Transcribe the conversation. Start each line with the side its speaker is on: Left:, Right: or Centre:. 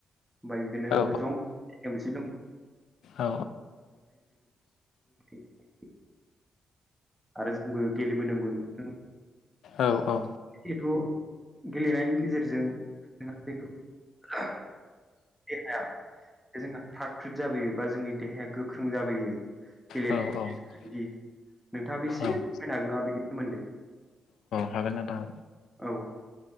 Centre: ओमफ्राय बिदिनो
Left: औ
Centre: जंसे
Left: औ
Centre: <unintelligible> आरो जोंबो गेलेबोनो मोनबोदों
Left: औ
Centre: जिथु गेलेनायनि गेजेरजों जोंहा बे देहाया जोंहा थ्राद थ्रिद जाबोयो बा जोंनि देहाया गोख्रों जाबोयो गेलेनायनि
Left: औ औ
Centre: गेजेरजों जुदि नोंथाङाबो एसे
Left: औ
Centre: फोरमायनो हागोन नामा बेनि सोमोन्दै
Left: हागोन नोंथां
Centre: औ